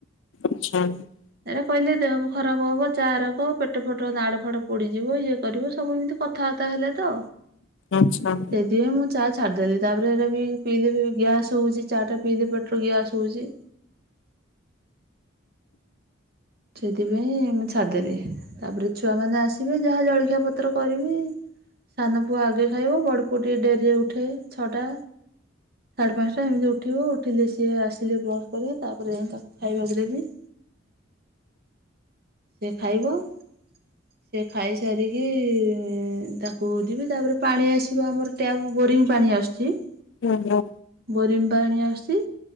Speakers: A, on the left (about 70°); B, on the right (about 50°).
A: <inaudible>
B: ଏରା କହିଲେ ଦେହ ଖରାପ ହବ ଚା ରକ ପେଟ ଫେଟ ନାଡ ଫାଡ ପୋଡିଯିବ ଇଏ କରିବ ସବୁ ଏମିତି କଥ ଥା ବାର୍ତ୍ତି ହେଲେ ତ।
A: ଆଚ୍ଛା।
B: ଦିଏ, ମୁଁ ଚା ଛାଡିଦେଲି ତାପରେ ହେରା ପିଇଲେ ଗ୍ୟାସ ହଉଛି ଚା ଟା ପିଇଲେ ପେଟରେ ଗ୍ୟାସ୍ ହଉଛି। ସେଥିପାଇଁ ମୁଁ ଛାଡ଼ିଦେଲି, ତାପରେ ଛୁଆ ମାନେ ଆସିବେ ଯାହା ଜଳଖିଆ ପତ୍ର କରିବି। ସାନ ପୁଅ ଆଗେ ଖାଇବ ବଡ଼ପୁଅ ଟିକେ ଡେରିରେ ଉଠେ ଛଅଟା ସାଢ଼େ ପାଞ୍ଚଟା ଏମିତି ଉଠିବ ଉଠିଲେ ସିଏ ଆସିଲେ ବ୍ରସ୍ କରି ତାପରେ ଯାଇ ତାକୁ ଖାଇବାକୁ ଦେବି। ସେ ଖାଇବ। ସେ ଖାଇସାରିକି ଇ ତାକୁ ଯିବି ତାପରେ ପାଣି ଆସିବ ଆମର ଟ୍ୟାବ୍ ବୋରିଙ୍ଗ ପାଣି ଆସୁଛି। <inaudible>
A: ହୁଁ ହୁଁ।
B: ବୋରିଙ୍ଗ୍ ପାଣି ଆସୁଛି।